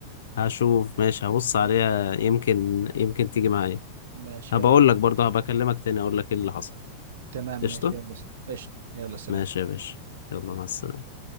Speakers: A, on the left (about 60°); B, on the right (about 60°).
A: هشوف ماشي هبص عليها
B: م-
A: يمكن يمكن تيجي معايا
B: ماشي
A: هبقول
B: يلا
A: لك برضه هبكلمك تاني اقول لك ايه اللي حصل
B: تمام ماشي
A: قشطة
B: يلا قشطة يلا سلام
A: ماشي يا باشا يلا مع السلامة